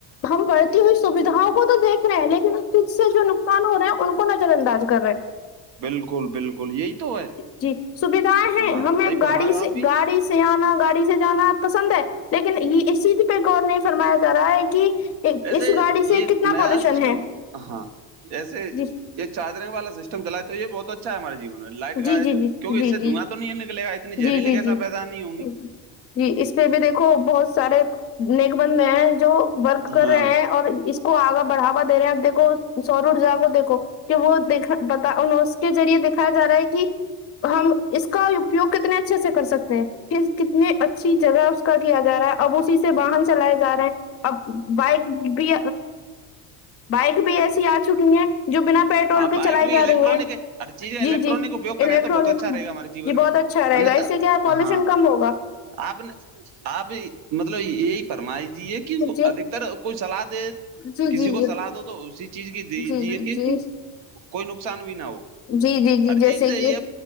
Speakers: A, on the left (about 35°); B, on the right (about 85°).
A: ہم بڑھتی ہوئی سویدھاؤں کو تو دیکھ رہے ہیں لیکن اس سے جو نقصان ہو رہا ہے ان کو نظر انداز کر رہے ہیں
B: بالکل بالکل یہی تو ہے
A: جی سویدھایں ہیں
B: ہاں
A: ہمیں
B: صحیح فرما
A: گاڑی
B: رہے ہو
A: سے
B: آپ بھی
A: گاڑی سے سے آنا گاڑی سے جانا پسند ہے لیکن یہ اس چیز پے غور نہیں فرمایا جا رہا ہے کہ
B: ایسے
A: اس گاڑی سے
B: یہ
A: کتنا
B: نیا
A: پالوشن
B: سسٹم
A: ہے
B: ہاں جیسے
A: جی
B: یہ چادرے والا سسٹم چلا ہے تو یہ بہت اچھا ہے ہمارے جیون میں لائٹ
A: جی
B: ہے
A: جی
B: جو
A: جی جی
B: کیون کی اس سے
A: جی
B: دھوا تو نہیں نکلے گا اتنی زہریلی
A: جی جی
B: گیس
A: جی
B: پیدا نہیں ہوں گی
A: جی جی اس پے بھی دیکھو بہت سارے نیک بندے ہیں جو ورک کر
B: ہاں
A: رہے ہیں اور اس کو آگا بڑھاوا دے رہے ہیں اب دیکھو سور ارجا کو دیکھو کہ وہ دیکھا پتا ہے اس کے ذریعے دیکھا جا رہا ہے کہ ہم اس کا لوگ کتنے اچھے سے کر سکتے ہیں کہ کتنی اچھی جگہ اس کا لیا جا رہا ہے اب اسی سے واہن چلائے جا رہے ہیں اب بائک بھی بائک بھی ایسی آ چکی ہیں جو بنا پیٹرول
B: ہاں
A: کے
B: بائک
A: چلائی
B: بھی
A: جا
B: الیکٹرانک
A: رہی ہیں
B: ہے ہر چیز کا الیکٹرانک
A: جی جی
B: اپیوگ کریں
A: الیکٹرانک
B: تو بہت اچھا رہے گا ہمارے جیون
A: جی بہت
B: میں
A: اچھا رہے
B: انیہتا
A: گا اس سے کیا پالیوشن
B: ہاں
A: کم ہوگا
B: آپ نے آپ مطلب یہی فرمائی جی کہ
A: جی
B: ادھکتر کوئی صلاح دے
A: جی
B: کسی
A: جی
B: کو
A: جی
B: صلاح دو تو اسی چیز کی دیجیے
A: جی جی
B: کی
A: جی
B: کوئی نقصان بھی نہ ہو
A: جی جی جی
B: ہر
A: جیسے
B: چیز سے
A: کہ
B: یہ ہے